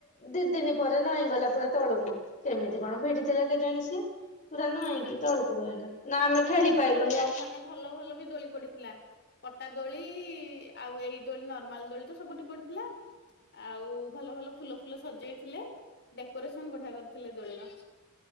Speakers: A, on the left; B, on the left.
A: ଦି ଦିନ ପରେ ନଈଁଗଲା ପୁରା ତଳୁକୁ କେମିତି କଣ ଭିଡି ଥିଲେ କେଜାଣି ସିଏ। ପୁରା ନଇଁକି
B: ହଁ
A: ତଳକୁ ରହିଲା ଆମେ ଖେଳି
B: ନା ଏଠି
A: ପାଇଲୁନି
B: ବହୁତ ମାନେ ଭଲ ଭଲ ବି ଦୋଳି ପଡିଥିଲା ପଟା ଦୋଳି ଆଉ ଏଇ ଦୋଳି ନର୍ମାଲ ଦୋଳି ତ ସବୁଠି ପଡିଥିଲା ଆଉ ଭଲ ଭଲ ଫୁଲ ଫୁଲ ସଜେଇଥିଲେ ଡେକୋରେସନ ବଢିଆ କରି ଥିଲେ ଦୋଳିର।